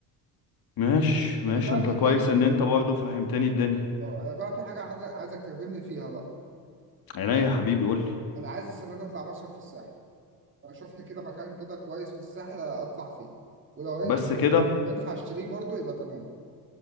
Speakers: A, on the left (about 55°); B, on the right (about 30°).
A: ماشي ماشي
B: انا بقى
A: انت
B: في
A: كويس
B: حاجة
A: ان انت برضه فهمتني الدنيا
B: اه انا بقى في حاجة عايز- عايزك تخدمني فيها بقى
A: عينيا يا حبيبي قولي
B: انا عايز السنه دي اطلع مصيف في الساحل اشوف لي كده مكان كده كويس في الساحل اطلع فيه ولو
A: بس كده
B: ينفع اشتريه برضه يبقى تمام